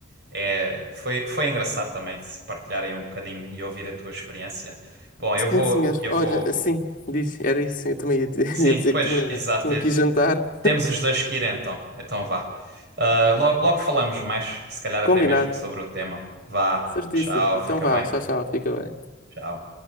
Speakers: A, on the right (about 55°); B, on the left (about 45°).
A: é, foi, foi engraçado também se partilharem um bocadinho e ouvir a tua experiência. Bom, eu
B: Sim,
A: vou,
B: senhor.
A: eu
B: Olha,
A: vou.
B: assim, disse, era isso. Eu também ia, di- <laughs>
A: Sim,
B: ia dizer
A: pois,
B: que tinha,
A: exato.
B: tinha
A: Eu
B: aqui
A: te-
B: jantar
A: Temos os dois que ir então. Então vá. Ah, lo- logo falamos mais, se calhar até
B: combinado.
A: mesmo sobre o tema. Vá,
B: Certíssimo.
A: tchau,
B: Então
A: fica
B: vá,
A: bem.
B: tchau, tchau. Fica bem.
A: Tchau.